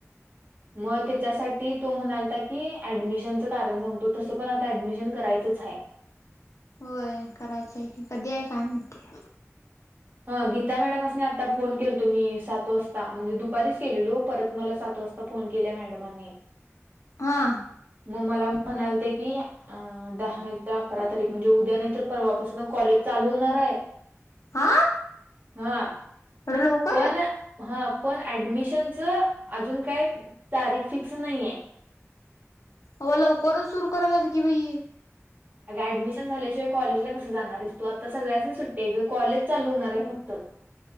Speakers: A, on the right; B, on the left.
A: <inaudible> मग त्याच्यासाठी तो म्हणालाता की ऍडमिशनचं कारण सांगतो तसं पण आता ऍडमिशन करायचंच हाय. <inaudible>
B: होय करायचंय की कधी आहे काय माहिती.
A: अ गीता मॅडम असनी आता फोन केलतो मी सात वाजता म्हणजे दुपारीच केलेलो परत मला सात वाजता फोन केला मॅडमांनी.
B: हा.
A: मग मला म्हणालत्या की दहा नाही तर अकरा तारीख म्हणजे उद्या नाही तर परवापासून कॉलेज चा चालू हूणार हाय.
B: हा
A: हा
B: एवढं लवकर
A: पण हा. पण ऍडमिशनच अजून काय तारीख फिक्स नाही आहे.
B: अव्वा लवकरच सुरु करायल्यात की बाई.
A: अग ऍडमिशन झाल्याशिवाय कॉलेजला कस जाणार आहेस तू आता सगळ्यास सुट्टी आहे कॉलेज चालू होणार आहे फक्त. <inaudible>